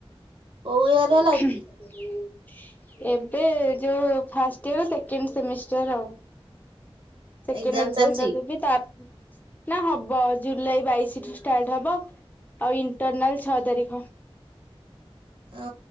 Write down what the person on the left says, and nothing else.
<unintelligible>
ଏବେ ଯୋଉ ଫାଷ୍ଟ ଇୟର ସେକେଣ୍ଡ ସେମିଷ୍ଟର ଆଉ। ସେକେଣ୍ଡ
ଏକ୍ସମ୍
ଟା ଦେବି ତ <unintelligible> ନା ହବ ଜୁଲାଇ ବାଇଶି ରୁ ଷ୍ଟାର୍ଟ ହବ। ଆଉ ଇଣ୍ଟରନାଲ ଛଅ ତାରିଖ।